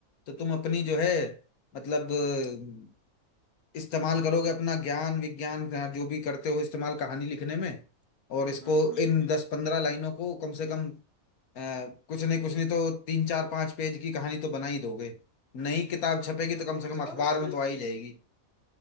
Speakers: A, on the left; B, on the right.
A: तो तुम अपनी
B: हम्म
A: जो
B: हम्म
A: है मतलब अ, इस्तेमाल करोगे अपना ज्ञान विज्ञान का जो भी करते हो इस्तेमाल कहानी लिखने में और इसको
B: हम्म हम्म।
A: इन दस पंद्रह लाइनों को कम से कम अ, कुछ नहीं कुछ नहीं तो तीन चार पांच पेज की कहानी तो बना ही दोगे नई किताब छपेगी तो
B: अरे
A: कम
B: तीन
A: से कम
B: चार
A: अखबार
B: पेज
A: में तो आ ही
B: की
A: जाएगी